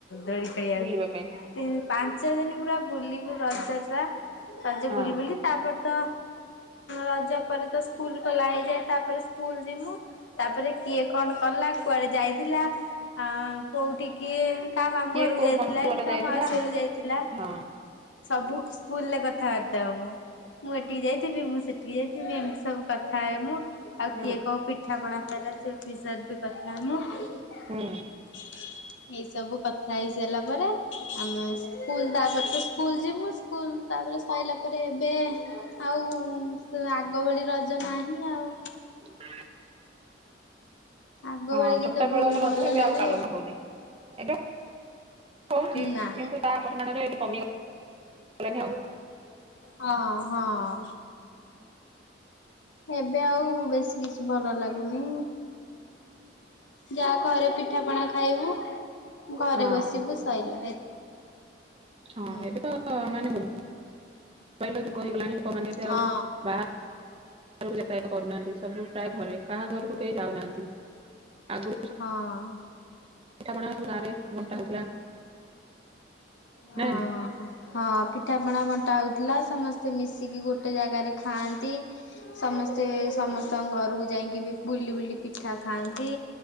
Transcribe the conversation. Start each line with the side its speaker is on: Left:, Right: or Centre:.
Left: ଦୋଳି ଖେଳିିବାକୁ।
Right: ବୁଲିବା ପାଇଁ
Left: ତିନ, ପାଞ୍ଚ ଦିନ ପୁରା ବୁଲିବୁ ରଜ ଯାହା, ରଜ
Right: ହଁ
Left: ବୁଲି ବୁଲି ତାପରେ ତ ରଜ ପରେ ତ ସ୍କୁଲ ଖୋଲା ହେଇଯାଏ, ତାପରେ ସ୍କୁଲ ଯିବୁ ତାପରେ କିଏ କଣ କଲା, କୁଆଡେ ଯାଇଥିଲା ଅ କୋଉଠିି କିଏ କାହା ମାମୁଁ
Right: କିଏ
Left: ଘରୁ
Right: କୋଉ
Left: ଯାଇଥିଲା
Right: ବନ୍ଧୁ ଘର
Left: କି କାହା
Right: ଯାଇଥିଲା
Left: ମାଉସୀ ଘର ଯାଇଥିଲା
Right: ହଁ
Left: ସବୁ ସ୍କୁଲ ରେ କଥାବାର୍ତାବ ହବୁ, ମୁଁ ଏଠିକି ଯାଇଥିବି, ମୁଁ ସେଠିକି ଯାଇଥିବି, ଏମିତି ସବୁ କଥା ହେମୁଁ, ଆଉ
Right: ହୁଁ
Left: କିଏ କୋଉ ପିଠା ପଣା ଖାଇଲା, ସେ ପି କଥା ମୁଁ। ଏଇ
Right: ହୁଁ
Left: ସବୁ କଥା ହେଇ ସାରିଲା ପରେ ଆମେ ସ୍କୁଲ ତାପରେ ତ ସ୍କୁଲ ଯିବୁ ସ୍କୁଲ ତାପରେ ସଇଲା ତାପରେ ଏବେ ଆଉ ଆଗ ଭଳି ରଜ ନାହିଁ। ଆଉ।
Right: ବ
Left: ଆଗ
Right: ହଁ
Left: ଭଳି କେତେ
Right: ଛୋଟା
Left: ବହୁତ
Right: ବେଳ ରଜ
Left: ଭଲ
Right: ଏବେ
Left: ଲାଗେ
Right: ଆଉ ପାଳନ ହଉନି। ଏବେ ହଉଛି।
Left: ନା
Right: କିନ୍ତୁ ତା ପରିମାଣରେ ଏବେ କମି ଗଲାଣି ଆଉ।
Left: ହଁ ହଁ। ଏବେ ଆଉ ବେଶୀ କିଛି ଭଲ ଲାଗୁନି। ଯାହା ଘରେ ପିଠାପଣା ଖାଇବୁ ଘରେ
Right: ହଁ
Left: ବସିବୁ ସଇଲା
Right: ହଁ
Left: ହୁଁ।
Right: ଏବେ ତ ମାନେ କହିଲ ଯୁଗ ହେଇଗଲାଣି ଲୋକମାନେ ଏ
Left: ହଁ
Right: ଆଉ ବା ଘରକୁ ଯାତାୟାତ କରୁନାହାନ୍ତି, ସବୁ ପ୍ରାୟ ଘରେ କାହା ଘରକୁ କେହି ଯାଉନାହାନ୍ତି। ଆଗୁ
Left: ହଁ।
Right: ପିଠାପଣା ରାଁରେ ମଣ୍ଟା ହଉଥିଲା
Left: ହଁ
Right: ନା
Left: ହଁ ପିଠାପଣା ବଣ୍ଟା ହଉଥିଲା ସମସ୍ତେ ମିଶିକି ଗୋଟେ ଜାଗାରେ ଖାଆନ୍ତି ସମସ୍ତେ ସମସ୍ତଙ୍କ ଘରକୁ ଯାଇକି ବି ବୁଲି ବୁଲି ପିଠା ଖାଆନ୍ତି